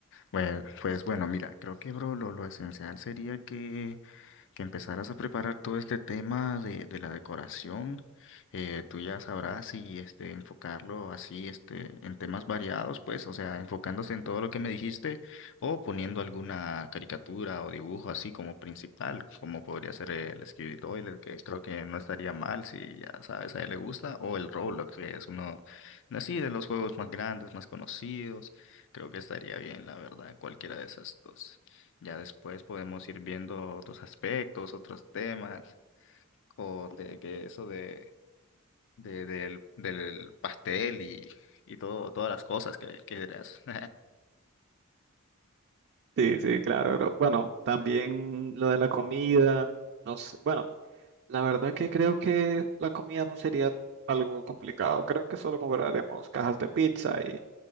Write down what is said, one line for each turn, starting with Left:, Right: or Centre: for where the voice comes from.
Left: Bueno, pues bueno, mira, creo que, bro, lo, lo esencial sería que que empezaras a preparar todo este tema de, de la decoración. Eh, tú ya sabrás si este, enfocarlo así este, en temas variados, pues, o sea, enfocándose en todo lo que me dijiste o poniendo alguna caricatura o dibujo así como principal, como podría ser el Skibidi Toilet, que creo que no estaría mal si ya sabes, a él le gusta, o el Roblox, que es uno así de los juegos más grandes, más conocidos. Creo que estaría bien, la verdad, cualquiera de esas dos. Ya después podemos ir viendo otros aspectos, otros temas, o de que eso de, de- del, del pastel y, y todo, todas las cosas que, que dirás. <laughs>
Right: Sí, sí, claro, bro. Bueno, también lo de la comida, no sé. Bueno, la verdad que creo que la comida no sería algo complicado. Creo que solo compraremos cajas de pizza y,